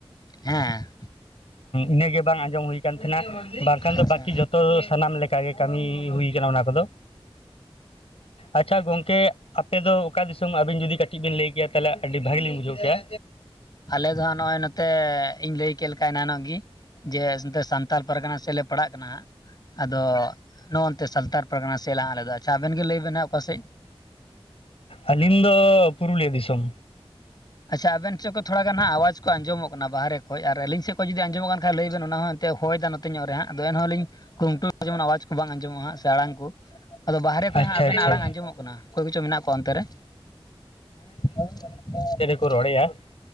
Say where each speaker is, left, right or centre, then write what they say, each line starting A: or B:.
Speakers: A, on the left (about 40°); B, on the left (about 75°).
A: ᱦᱮᱸ᱾
B: ᱤᱱᱟᱹᱜᱮ ᱵᱟᱝ ᱟᱸᱡᱚᱢ ᱦᱩᱭ ᱠᱟᱱ ᱛᱟᱦᱮᱱᱟ, ᱵᱟᱝᱠᱷᱟᱱ
A: ᱟᱪᱪᱷᱟ
B: ᱫᱚ ᱵᱟᱹᱠᱤ ᱡᱚᱛᱚ ᱥᱟᱱᱟᱢ ᱞᱮᱠᱟᱜᱮ ᱠᱟᱱᱟ ᱠᱩᱞᱤ ᱦᱩᱭ ᱠᱟᱱᱟ ᱚᱱᱟ ᱠᱚᱫᱚ, ᱟᱪᱪᱷᱟ ᱜᱚᱢᱠᱼᱼ ᱟᱯᱮ ᱫᱚ ᱚᱠᱟ ᱫᱤᱥᱚᱢ? ᱟᱹᱵᱤᱱ ᱡᱩᱫᱤ ᱠᱟᱹᱴᱤᱡ ᱵᱤᱱ ᱞᱟᱹᱭ ᱠᱮᱭᱟ ᱛᱟᱦᱚᱞᱮ ᱟᱹᱰᱤ ᱵᱷᱟᱹᱜᱤ ᱞᱤᱧ ᱵᱩᱡᱷᱟᱹᱣ ᱠᱮᱭᱟ᱾
A: ᱟᱞᱮ ᱫᱚ ᱦᱟᱸᱜ ᱱᱚᱜᱼᱚᱭ ᱱᱚᱛᱮ ᱤᱧ ᱞᱟᱹᱭ ᱠᱮᱫ ᱞᱮᱠᱟ ᱮᱱᱟᱱᱚᱜ ᱜᱮ, ᱡᱮ ᱱᱚᱛᱮ ᱥᱟᱱᱛᱟᱲ ᱯᱟᱨᱜᱟᱱᱟ ᱥᱮᱞᱮᱼᱼ ᱯᱟᱲᱟᱜ ᱠᱟᱱᱟ ᱦᱟᱸᱜ᱾ ᱟᱫᱚ ᱱᱚᱜᱼ ᱱᱚᱱᱛᱮ ᱥᱟᱞᱛᱟᱲ ᱯᱟᱨᱜᱟᱱᱟ ᱥᱮᱫ ᱞᱟᱦ ᱟᱞᱮᱫ ᱫᱚ ᱟᱪᱪᱷᱟ ᱟᱵᱮᱱ ᱜᱮ ᱞᱟᱹᱭᱵᱱ ᱦᱟᱸᱜ ᱚᱠᱟᱥᱮᱫ?
B: ᱟᱹᱞᱤᱧ ᱫᱚ ᱯᱩᱨᱩᱞᱤᱭᱟᱹ ᱫᱤᱥᱚᱢ᱾
A: ᱟᱪᱪᱷᱟ ᱟᱵᱮᱱ ᱥᱮᱫ ᱠᱷᱚᱱ ᱛᱷᱚᱲᱟᱜᱟᱱᱟᱸᱜ ᱟᱣᱟᱡ ᱠᱚ ᱟᱸᱡᱚᱢᱚᱜ ᱚᱱᱟ ᱵᱟᱦᱨᱮ ᱠᱷᱚᱡ ᱟᱨ ᱟᱹᱞᱤᱧ ᱥᱮᱫ ᱠᱷᱚᱱ ᱡᱩᱫᱤ ᱟᱸᱡᱚᱢᱚᱜ ᱠᱷᱟᱱ ᱞᱟᱹᱭ ᱵᱮᱱ ᱚᱱᱟ ᱦᱚᱸ ᱮᱱᱛᱮ ᱦᱚᱭ ᱱᱚᱛᱮ ᱧᱚᱜ ᱨᱮ ᱦᱟᱸᱜ ᱟᱫᱚ ᱱᱦᱚᱸᱞᱤᱧᱼᱼ ᱠᱷᱩᱢᱴᱩ <inaudible> ᱡᱮᱢᱚᱱ ᱟᱣᱟᱡᱽ ᱠᱚ ᱵᱟᱝ ᱟᱸᱡᱚᱢᱚᱜᱼᱟ ᱦᱟᱸᱜ ᱥᱮ ᱟᱲᱟᱝ ᱠᱚ ᱾ ᱟᱫᱚ ᱵᱟᱦᱨᱮ
B: ᱟᱪᱪᱷᱟ
A: ᱠᱷᱚᱡ ᱦᱟᱸᱜ ᱟᱵᱮᱱᱟᱼᱜ
B: ᱟᱪᱪᱷᱟ
A: ᱟᱲᱟᱝ ᱟᱸᱡᱚᱢᱚᱜ ᱠᱟᱱᱟ ᱚᱠᱚᱭ ᱠᱚᱪᱚ ᱢᱮᱱᱟᱜ ᱠᱚᱣᱟ ᱚᱱᱛᱮ ᱨᱮ᱾ <unintelligible>
B: ᱠᱚ ᱨᱚᱲᱮᱭᱟ᱾